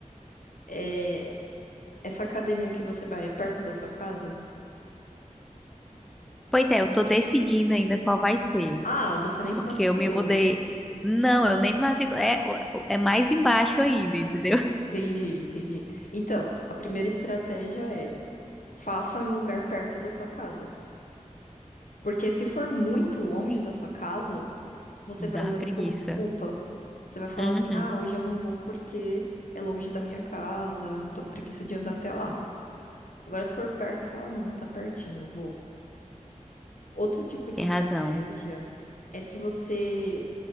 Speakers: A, on the left (about 80°); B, in the centre.
A: é... essa academia que você vai é perto da sua casa?
B: Pois é, eu tô decidindo ainda qual vai ser.
A: Ah, você nem se
B: Porque
A: matriculou,
B: eu me mudei.
A: entendi.
B: Não, eu nem me matriculei. É, é mais embaixo ainda, entendeu? <laughs>
A: Entendi, entendi. Então, a primeira estratégia é faça em um lugar perto da sua casa. Porque se for muito longe da sua casa, você
B: Dá
A: vai usar
B: preguiça.
A: isso como desculpa. Você vai falar
B: Uhum.
A: assim, ah, hoje eu não vou porque é longe da minha casa, eu tô com preguiça de andar até lá. Agora, se for perto, fala, não, tá pertinho, eu vou. Outro tipo de
B: Tem
A: estratégia
B: razão,
A: é se você